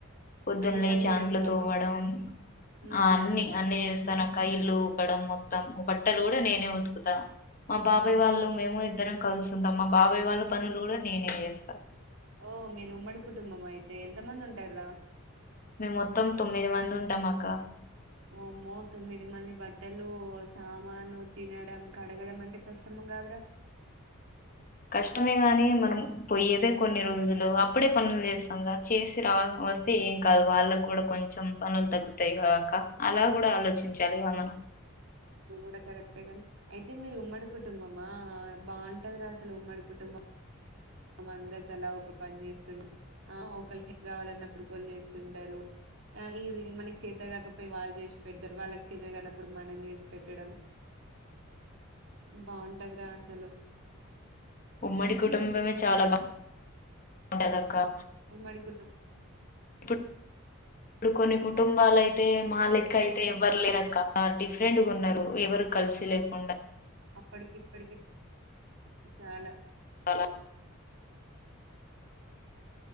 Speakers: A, on the left; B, on the right.
A: పొద్దున్న
B: అన్ని
A: లేచి
B: పనులు
A: అంట్లు
B: చేస్తావా
A: తోమడం
B: ఉమ్
A: ఆ అన్ని అన్ని చేస్త తన్నా అక్క ఇల్లు ఊపడం మొత్తం బట్ట బట్టలు కూడా నేనే ఊతుకుతా మా బాబాయి వాళ్ళు మేము ఇద్దరం కలుసుంటాం మా బాబాయ్ వాళ్ళ పనులు కూడా నేనే చేస్తా.
B: ఓ మీది ఉమ్మడి కుటుంబమ్ అయితే ఎంతమంది ఉంటారు రా
A: మేము మొత్తం తొమ్మిది మంది ఉంటాం అక్క
B: ఓమ్మో తొమ్మిది మంది బట్టలు, సామాను, తినడం, కడగడం అంటే. కష్టం కాదురా
A: కష్టమే గాని మన్ పోయేదే కొన్ని రోజులు అప్పుడే పనులు చేస్తాంగా. చేసి రా వస్తే ఏం కాదు. వాళ్ళక్ గూడా కొంచెం పనులు తగ్గుతాయిగా అక్క. అలా కూడా ఆలోచించాలిగా మనం.
B: కూడా కరెక్టే గాని అయితే మీది ఉమ్మడి కుటుంబమా బాగుంటదిరా అసలు. ఉమ్మడి కుటుంబం. అందరూ తల ఒక పని చేస్తుంటే. ఆహ్ ఒకళ్కి గావాలన్నప్పడు ఫోన్ చేస్తుంటారు. ఆ ఈది మనక్ చేత గాకపోయినా వాళ్ళు చేసి పెడ్తారు. వాళ్ళకి చేత గానప్పుడు మనం చేసి పెట్టడం. ఉమ్ బాగుంటదిరా అసలు.
A: ఉమ్మడి
B: మంచిగా
A: కుటుంబమే
B: అనిపిస్తది
A: చాలా
B: కదా
A: బాగుంటాదక్ కా
B: ఉమ్మడి కుటుంబ్
A: ఇప్డ్ ఇప్పుడు కొన్నీ కుట్ కుటుంబల్యితే మా లెక్క అయితే ఎవ్వరు లేరాక్క. ఆ డిఫ్రెంట్గున్నారు. ఎవరు కలిసి లేకుండా
B: ప్పడికి ఇప్పడికి చాలా
A: చాలా